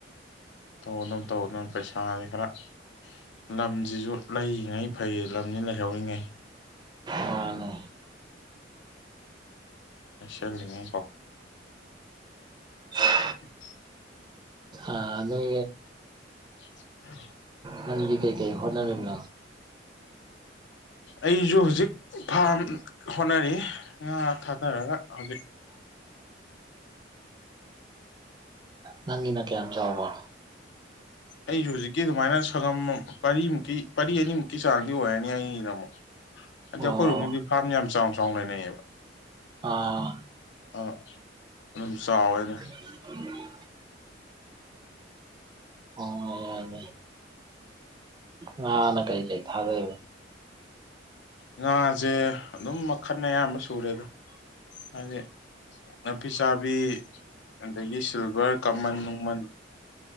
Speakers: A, on the left; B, on the right.
A: ꯇꯧ ꯑꯗꯨꯝ ꯇꯧ ꯑꯗꯨꯝ ꯄꯩꯁꯥ ꯍꯥꯢꯁꯤ ꯈꯔ꯫ ꯂꯝꯁꯤꯁꯨ ꯂꯩꯔꯤꯉꯩ ꯐꯩ ꯂꯝꯁꯤ ꯂꯩꯍꯧꯔꯤꯉꯩ꯫
B: ꯃꯥꯅꯦ꯫
A: ꯂꯩꯁꯤꯜꯂꯤꯉꯩꯀꯣ꯫
B: <inaudible>
A: <inaudible>
B: ꯑ ꯑꯗꯨ
A: <inaudible>
B: ꯅꯗꯤ ꯀꯩꯀꯩ ꯍꯣꯠꯅꯔꯔꯤꯝꯅ
A: ꯑꯩꯁꯨ ꯍꯧꯖꯤꯛ ꯐꯥꯝ ꯍꯣꯠꯅꯔꯤ ꯉꯥ ꯊꯥꯗꯔꯒ ꯍꯧꯖꯤꯛ
B: ꯅꯪꯒꯤꯅ ꯀꯌꯥꯝ ꯆꯥꯎꯕ
A: ꯑꯩꯁꯨ ꯍꯧꯖꯤꯛꯀꯤ ꯑꯗꯨꯃꯥꯏꯅ ꯁꯪꯒꯝ ꯄꯔꯤꯃꯨꯛꯀꯤ ꯄꯔꯤ ꯑꯅꯤꯃꯨꯛꯀꯤ ꯆꯥꯡꯗꯤ ꯑꯣꯏꯔꯅꯤ ꯑꯩꯗ ꯑꯃꯨꯛ ꯍꯥꯏꯗꯤ
B: ꯑꯣ
A: ꯑꯩꯈꯣꯏꯔꯣꯝꯒꯤꯗꯤ ꯐꯥꯔꯝ ꯌꯥꯝ ꯆꯥꯎꯅ ꯆꯥꯎꯅ ꯂꯩꯅꯩꯌꯦꯕ
B: ꯑꯥ
A: ꯑꯥ ꯑꯗꯨꯝ ꯆꯥꯎꯋꯦ ꯑꯗꯨꯝ
B: <unintelligible> ꯑꯣ ꯉꯥꯅ ꯀꯔꯤ ꯀꯔꯤ ꯊꯥꯗꯩꯕ
A: ꯉꯥꯁꯦ ꯑꯗꯨꯝ ꯃꯈꯜ ꯑꯌꯥꯝꯕ ꯆꯨꯔꯦꯗ ꯍꯥꯏꯗꯤ ꯅꯥꯄꯤ ꯆꯥꯕꯤ ꯑꯗꯒꯤ ꯁꯤꯜꯚꯔ ꯀꯃꯟ ꯅꯨꯡꯃꯟ